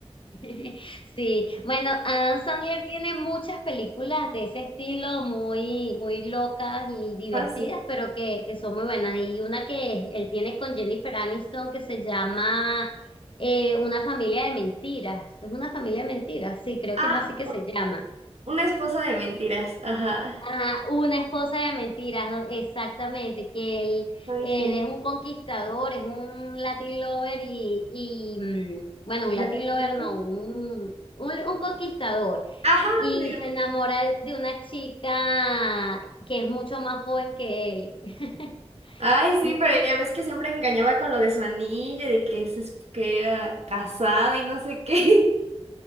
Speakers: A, on the left; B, on the right.
A: <laughs> Sí, bueno, Adam Sandler tiene muchas películas de ese estilo muy, muy locas y divertidas,
B: <laughs> así.
A: pero que, que son muy buenas. Y una que él tiene con Jennifer Aniston que se llama eh, Una familia de mentiras. Es una familia de mentiras, sí, creo
B: Ah,
A: que es así que
B: u-
A: se llama.
B: una esposa de mentiras. Ajá.
A: Ajá, una esposa de mentiras, ¿no? Exactamente, que él,
B: Ay,
A: él
B: sí.
A: es un conquistador, es un Latin lover y, y mm, bueno, un
B: De
A: Latin
B: repente.
A: lover no, un, un, un conquistador.
B: Ajá,
A: Y
B: digo.
A: se enamora de una chica que es mucho más joven que él. <laughs>
B: Ay, sí,
A: Y
B: pero ya ves que siempre engañaba con lo de su anillo y de que, se, es que era casado y no sé qué. <laughs>